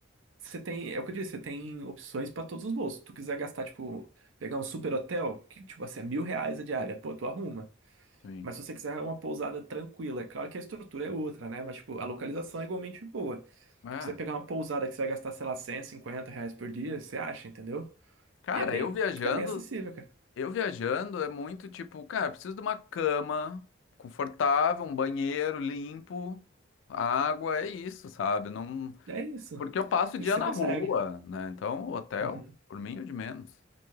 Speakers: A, on the right (about 75°); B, on the left (about 70°).
A: você tem. É o que eu disse, você tem opções pra todos os bolsos. Se tu quiser gastar, tipo, pegar um super hotel, que, tipo assim, é mil reais a diária, pô, tu arruma.
B: Sim.
A: Mas se você quiser uma pousada tranquila, é claro que a estrutura é outra, né? Mas, tipo, a localização é igualmente boa. Se
B: Ah,
A: tu quiser pegar uma pousada que você vai gastar, sei lá, 150 reais por dia, você acha, entendeu?
B: cara,
A: E é bem,
B: eu viajando,
A: fica bem acessível, cara.
B: eu viajando é muito tipo, cara, preciso de uma cama confortável, um banheiro limpo, água, é isso, sabe? Não,
A: É isso.
B: porque eu passo
A: Isso
B: o dia
A: você
B: na
A: consegue.
B: rua, né? Então, hotel,
A: Uhum.
B: por mim, é o de menos.